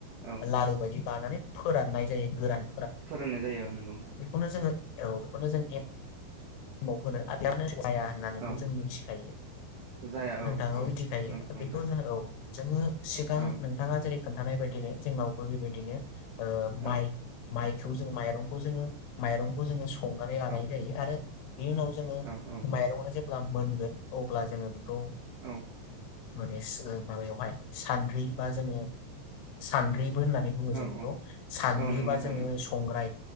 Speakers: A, on the right; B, on the left.
A: औ
B: लारु बदि लानानै फोराननाय जायो गोरान
A: फोरानाय जायो ओ नोंगौ।
B: बेखौनो जोङो औ बेखौनो जों ए माव होनो जाया होननानैबो
A: औ
B: जों मिथिखायो
A: जाया औ
B: नोंथाङाबो
A: औ
B: मिथिखायो
A: नंगौ नोंथां
B: बेखौ जों औ जोङो सिगां
A: औ
B: नोंथाङा जेरै खोनथानाय बायदिनो जोंनावबो बेबायदिनो ओ
A: औ
B: माइ माइक जो माइरंखौ जोङो माइंखौ जोङो सो नानै लानाय
A: औ
B: जायो आरो। बिनि उनाव जोङो
A: औ
B: माइरङा जे ब्ला मोनगोन अब्ला जोङो। खौ
A: औ
B: माने माबायावहाय सानद्रि बा जोङो सानद्रि होननानै बुङो
A: औ
B: जों नगखौ सान्द्रिबा
A: औ नंगौ नोंथां
B: जोङो संग्राय